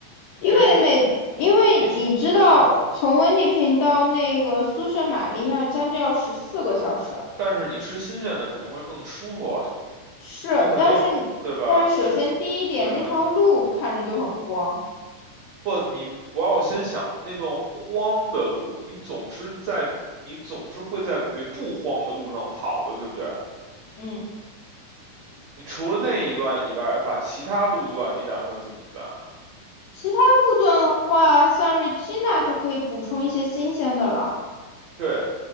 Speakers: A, on the left; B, on the right.
A: 因为美，
B: 因为
A: 因为你知道，
B: 你吃，嗯，
A: 从温尼平到那个苏圣玛利亚将近要十四个小时，
B: 但是你吃新鲜的肯定会更舒服啊，
A: 是，
B: 你肯定，
A: 但是你，
B: 对吧？
A: 但是首先第一点，
B: 你吃，嗯哼。
A: 那条路看着就很荒。
B: 不，你不要先想那段荒的路，你总是在，你总是会在没不荒的路上跑的，对不对？
A: 嗯，
B: 你除了那一段以外的话，其他路段你打算怎么办啊？
A: 其他路段的话，像瑞吉娜就可以补充一些新鲜的了。
B: 对，